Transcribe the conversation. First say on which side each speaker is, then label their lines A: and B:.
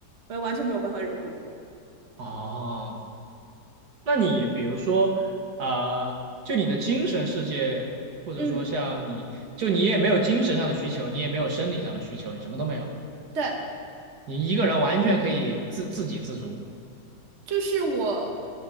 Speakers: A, on the right; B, on the right.
A: 我也完全没有办法融入。
B: 哦，那你比如说，啊、就你的精神世界，或者说像你，
A: 嗯，
B: 就你也没有精神上的需求，你也没有生理上的需求，你什么都没有，
A: 对，
B: 你一个人完全可以自自给自足。
A: 就是我，